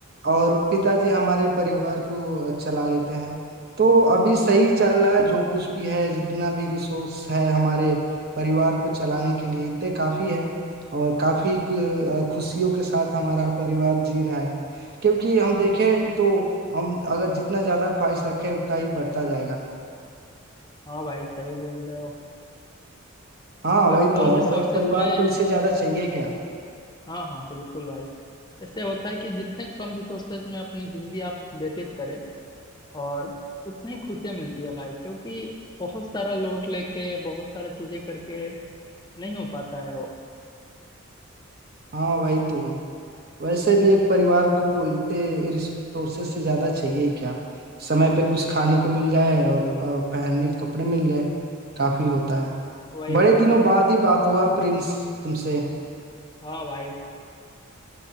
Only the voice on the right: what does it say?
और पिताजी हमारे परिवार को चला लेते हैं तो अभी सही चल रहा है जो कुछ भी है जितना भी रिसोर्स है हमारे परिवार को चलाने के लिए इतने काफी है और काफी कु- अ, खुशियों के साथ हमारा परिवार जी रहा है क्योंकि हम देखें तो हम अगर जितना ज्यादा ख्वाहिश रखें उतना ही बढ़ता जाएगा
हाँ
वही
तो और
एक परिवार
को इससे ज्यादा चाहिए क्या
हाँ वही तो वैसे भी एक परिवार को इतने रिसोर्सेज से ज्यादा चाहिए ही क्या समय पे कुछ खाने को मिल जाए और अ, पहनने के कपड़े मिल जाए काफी होता है
बड़े
दिनों
बाद ही बात हुआ प्रिंस तुमसे